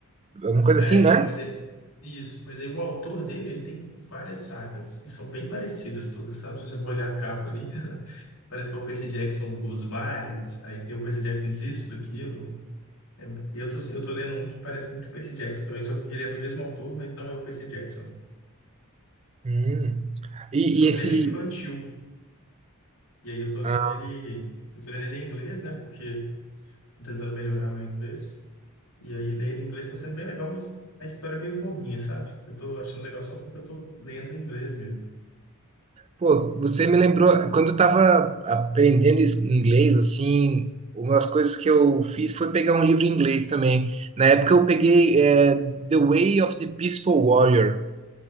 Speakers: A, on the right (about 30°); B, on the left (about 80°).
A: Uma coisa
B: é,
A: assim,
B: então,
A: né?
B: mas aí, isso. Mas aí o autor dele, ele tem várias sagas e são bem parecidas todas, sabe? Se você for olhar a capa ali, <laughs> parece que é o Percy Jackson dos mares. Aí tem o Percy Jackson disso, daquilo. É, E eu tô, eu tô lendo um que parece muito o Percy Jackson também, só que ele é do mesmo autor, mas não é o Percy Jackson.
A: Hum. E,
B: Só
A: e
B: que
A: esse.
B: ele é meio infantil. E aí eu tô lendo
A: ah,
B: ele, eu tô lendo ele em inglês, né? Porque tô tentando melhorar meu inglês. E aí ler ele em inglês tá sendo bem legal, mas a história é meio bobinha, sabe? Eu tô achando legal só porque eu tô lendo em inglês mesmo.
A: pô, você me lembrou. Quando eu tava aprendendo es- inglês, assim, uma das coisas que eu fiz foi pegar um livro em inglês também. Na época eu peguei é, The Way of the Peaceful Warrior.